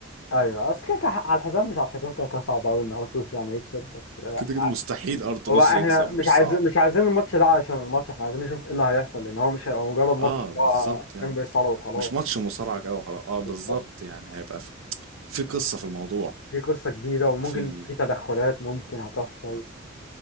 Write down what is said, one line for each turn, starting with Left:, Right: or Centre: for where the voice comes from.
Left: ايوه اصل كده كده على الحزام مش على الحزام كده كده صعب قوي ان ارتروس يعني يكسب بس آه،
Right: كده كده مستحيل ارتلوس
Left: هو احنا
Right: يكسب
Left: مش
Right: مش
Left: عايزين
Right: صعب
Left: مش عايزين الماتش ده عشان الماتش احنا عايزين نشوف ايه اللي هيحصل لان هو مش هيبقى مجرد ماتش
Right: اه بالظبط
Left: هو
Right: يعني
Left: كان بيصارع وخلاص
Right: مش ماتش مصارعة كده وخلاص اه بالظبط
Left: طب
Right: يعني هيبقى في, في قصة في الموضوع
Left: في قصة كبيرة وممكن
Right: وفي
Left: في تدخلات ممكن هتحصل